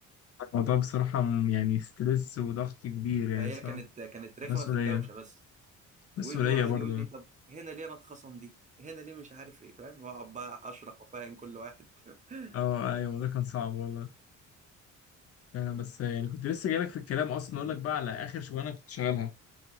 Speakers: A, on the left; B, on the right.
A: الموضوع بصراحة م- يعني ستريس وضغط كبير يعني
B: فهي
A: بصراحة
B: كانت كانت رخمه
A: مسؤولية
B: في الدوشه بس
A: مسؤولية
B: ويجي واحد
A: برضو
B: يقول
A: <laughs>
B: لي طب هنا ليه انا اتخصم دي هنا ليه مش عارف ايه فاهم واقعد بقى اشرح وافهم كل واحد <laughs>
A: اه ايوه ده كان صعب والله فعلا بس يعني كنت لسه جايلك في الكلام اصلا اقول لك بقى على اخر شغلانه كنت شغالها